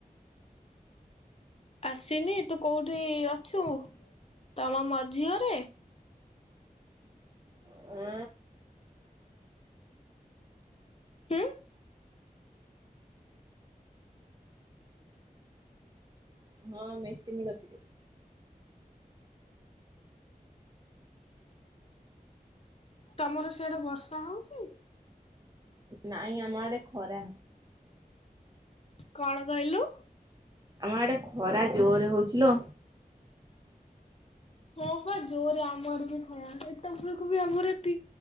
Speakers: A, on the left (about 40°); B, on the right (about 25°).
A: ଆସିନି ତୁ କୋଉଠି ଅଛୁ ତମ ମଝି ଘରେ?
B: ଉଁ
A: ହୁଁ?
B: ହଁ ମେସିନ କତିରେ।
A: ତମର ସିଆଡେ ବର୍ଷା ହଉଚି?
B: ନାଇଁ ଆମ ଆଡେ ଖରା।
A: କଣ କହିଲୁ?
B: ଆମ ଆଡେ ଖରା ଜୋରେ ହଉଚି ଲୋ।
A: ହଁ ବା ଜୋରେ ଆମ ଆରେ ବି ଖରା। ଏତବେଳକୁ ବି ଆମର ଏଠି